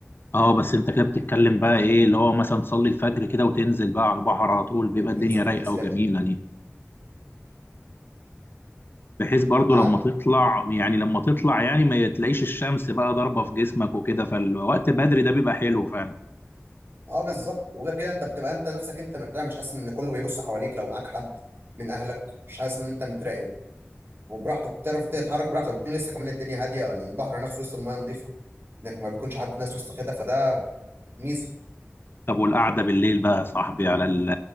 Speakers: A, on the left; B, on the right.
A: اه بس انت كده بتتكلم بقى ايه اللي هو مثلا تصلي الفجر كده وتنزل بقى على البحر على طول بيبقى
B: ممكن
A: الدنيا
B: تنزل
A: رايقة
B: فيه بالنسبه
A: وجميلة
B: لي
A: دي بحيث برضو
B: نعم
A: لما تطلع يعني لما تطلع يعني ما تلاقيش الشمس بقى ضاربة في جسمك وكده فالوقت بدري ده بيبقى حلو فعلا
B: اه بالظبط وغير كده انت بتبقى انت نفسك انت مرتاح مش حاسس ان كله بيبص حواليك لو معاك حد من اهلك مش حاسس ان انت متراقب وبراحتك بتعرف تتحرك براحتك بتكون لسه كمان الدنيا هاديه البحر نفسه وسط المايه نظيفه انك ما بيكونش حد ناس وسط كده فده ميزه
A: طب والقعدة بالليل بقى يا صاحبي على ال-